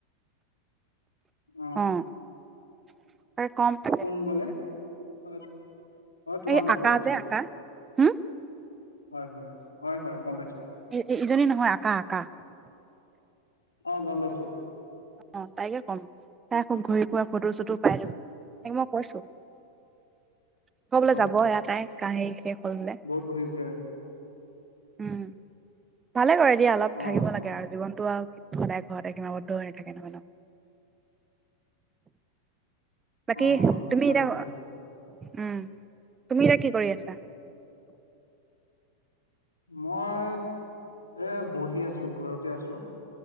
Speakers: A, on the right (about 20°); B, on the left (about 80°).
A: অ।
B: অ
A: তাকে কম তাকে
B: কোন বোলে অ'অ' তোমাৰ
A: এই
B: লগৰ
A: আকা
B: এজনী।
A: যে আকা হম
B: হয় হয় হয় হয় গম পাইছো
A: এই ইজনী নহয় আকা আকা।
B: অ গম পইছোঁ।
A: অ' তাইকে ক'ম তাই আকৌ ঘূৰি ফুৰা ফটো চটো পাই থাকোঁ, তাকে মই কৈছোঁ। আকৌ বোলে
B: হয়
A: যাব এটাই কাহি শেষ হ'ল বোলে।
B: বহুত ঘূৰি ফুৰে
A: উম ভালে কৰে দিয়া অলপ
B: অ
A: থাকিব লাগে আৰু জীৱনতটো আৰু সদায় ঘৰত একমত <unintelligible> নাথাকে নহয় ন। বাকী
B: অ অ
A: তুমি
B: ভালে
A: এতিয়া
B: কৰে
A: উম তুমি এতিয়া কি কৰি আছা?
B: মই এ বহি আছো ঘৰতে আছো।